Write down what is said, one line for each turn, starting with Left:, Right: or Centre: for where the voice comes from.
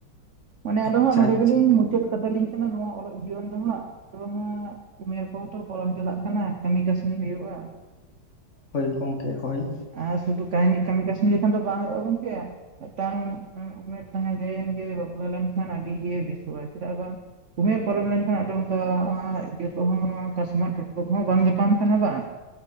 Right: ᱢᱟᱱᱮ ᱟᱫᱚ
Left: ᱟᱪᱪᱷᱟ
Right: ᱦᱟᱸᱜ ᱱᱚᱰᱮ
Left: ᱟᱪᱪᱷᱟ
Right: ᱜᱮᱞᱤᱧ ᱢᱩᱪᱟᱹᱫ ᱠᱟᱛᱟᱞᱤᱧ ᱠᱟᱱᱟ ᱱᱚᱣᱟ ᱚᱞᱚᱜ ᱡᱤᱭᱚᱱ ᱫᱚ ᱦᱟᱸᱜ ᱟᱫᱚ ᱦᱟᱸᱜ ᱩᱢᱮᱨ ᱠᱚᱦᱚᱸ ᱛᱚ ᱯᱟᱨᱚᱢ ᱪᱟᱞᱟᱜ ᱠᱟᱱᱟ ᱠᱟᱹᱢᱤ ᱠᱟᱹᱥᱱᱤ ᱦᱩᱭᱩᱜ-ᱟ
Left: ᱦᱳᱭ ᱜᱚᱝᱠᱮ ᱦᱳᱭ
Right: ᱟᱨ ᱥᱩᱫᱩ ᱠᱟᱹᱦᱱᱤ ᱠᱟᱹᱢᱤ ᱠᱟᱹᱥᱱᱤ ᱞᱮᱠᱷᱟᱱ ᱫᱚ ᱵᱟᱝ ᱦᱩᱭᱩᱜ-ᱟ ᱜᱚᱝᱠᱮ ᱢᱤᱫᱴᱟᱝ ᱩᱢᱮᱨ ᱛᱟᱦᱮᱸ ᱜᱮ ᱵᱟᱯᱞᱟ ᱞᱮᱱᱠᱷᱟᱱ ᱟᱹᱰᱤᱜᱮ ᱵᱮᱥᱚᱜ-ᱟ ᱪᱮᱫᱟᱜ ᱵᱟᱝ ᱩᱢᱮᱨ ᱯᱟᱨᱚᱢ ᱞᱮᱱᱠᱷᱟᱱ ᱟᱫᱚ ᱚᱱᱠᱟ ᱤᱭᱟᱹ ᱠᱚᱦᱚᱸ ᱠᱟᱥᱢᱟᱨ ᱴᱚᱴᱠᱚ ᱠᱚᱦᱚᱸ ᱵᱟᱝ ᱧᱟᱯᱟᱢ ᱠᱟᱱᱟ ᱵᱟᱝ